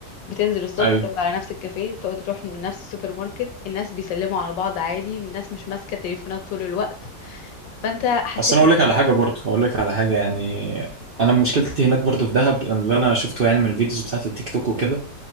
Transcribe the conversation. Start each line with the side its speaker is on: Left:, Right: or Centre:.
Left: بتنزل الصبح
Right: أيوه
Left: تقعد على نفس الكافيه تقعد تروح من نفس السوبر ماركت الناس بيسلموا على بعض عادي الناس مش ماسكة تليفونات طول الوقت فانت حسيت
Right: أصل أنا أقول
Left: انك
Right: لك على
Left: إنك-
Right: حاجة برضه أقول لك على حاجة يعني أنا مشكلتي هناك برضه في دهب اللي أنا شفته يعني من الفيديوز بتاعت التيك توك وكده